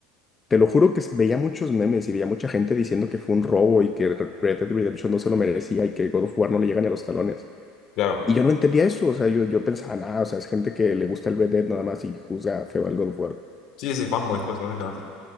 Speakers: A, on the left; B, on the left.
A: te lo juro que s- veía muchos memes y veía mucha gente diciendo que fue un robo y que Re- Red Dead Redemption no se lo merecía y que God of War no le llega ni a los talones.
B: claro.
A: Y yo no entendía eso, o sea, yo, yo pensaba, nada, o sea, es gente que le gusta el Red Dead nada más y juzga feo al God of War.
B: Sí, sí, fanboy, pues, básicamente.